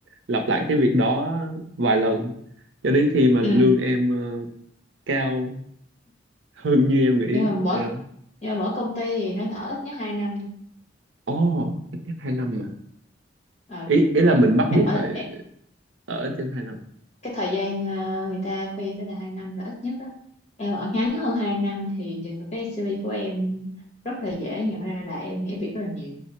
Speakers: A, on the right; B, on the left.
A: lặp lại cái việc đó vài lần cho đến khi mà
B: ừ
A: lương em ờ, cao hơn như em nghĩ
B: nhưng mà mỗi
A: yeah.
B: nhưng mà mỗi công ty thì nó ở ít nhất hai năm
A: Ồ, ít nhất hai năm mà
B: Ờ,
A: ý ý là mình bắt
B: em
A: buộc
B: ở
A: phải
B: e-
A: ở trên hai năm
B: cái thời gian ờ, người ta khuyên sẽ là hai năm là ít nhất đó em ở ngắn hơn hai năm thì nhìn vào cái CV của em rất là dễ nhận ra là em nhảy việc rất là nhiều